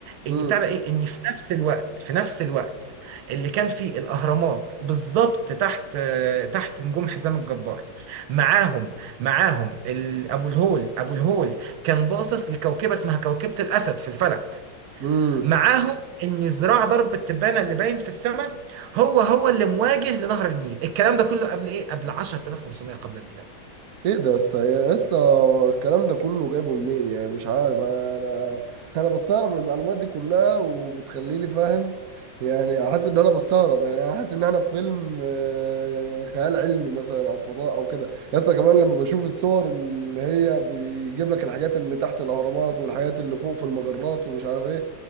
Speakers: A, on the right; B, on the right.
A: ان
B: مم.
A: بتاع ده ايه ان في نفس الوقت في نفس الوقت اللي كان فيه الاهرامات بالظبط تحت آه، تحت نجوم حزام الجبار معاهم معاهم ال- ابو الهول ابو الهول كان باصص لكوكبه اسمها كوكبه الاسد في الفلك
B: مم.
A: معاهم ان ذراع ضرب التبانه اللي باين في السماء هو هو اللي مواجه لنهر النيل الكلام ده كله قبل ايه قبل 10500 قبل الميلاد
B: ايه ده يا اسطى يا اسطى الكلام ده كله جايبه منين يعني مش عارف انا انا انا بستغرب من المعلومات دي كلها وبتخليني فاهم يعني حاسس ان انا بستغرب يعني انا حاسس ان انا في فيلم آه، خيال علمي مثلا او فضاء او كده يا اسطى كمان لما بشوف الصور اللي هي بيجيب لك الحاجات اللي تحت الاهرامات والحاجات اللي فوق في المجرات ومش عارف ايه